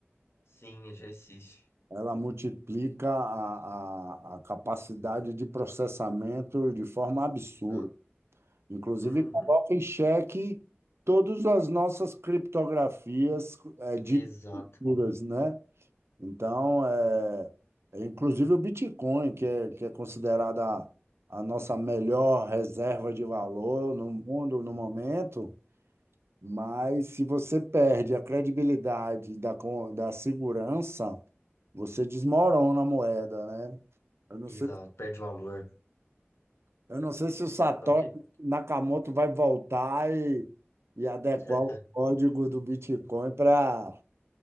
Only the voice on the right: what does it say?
Ela multiplica a, a, a capacidade de processamento de forma absurda.
Inclusive,
coloca em xeque todas as nossas criptografias é, de
seguras, né? Então, é, é, inclusive o Bitcoin, que é, que é considerada a nossa melhor reserva de valor no mundo no momento, Mas se você perde a credibilidade da, con- da segurança, você desmorona a moeda, né? Eu não
sei,
eu não sei se o Satoshi
Nakamoto vai voltar e, e adequar
o código do Bitcoin para.